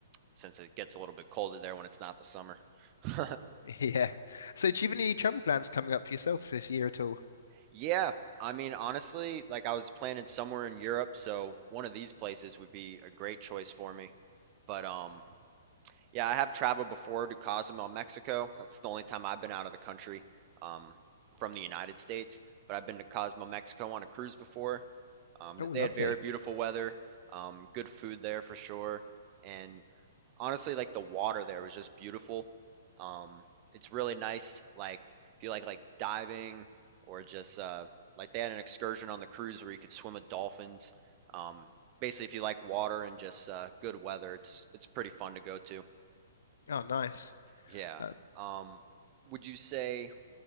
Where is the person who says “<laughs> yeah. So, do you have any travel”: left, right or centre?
Left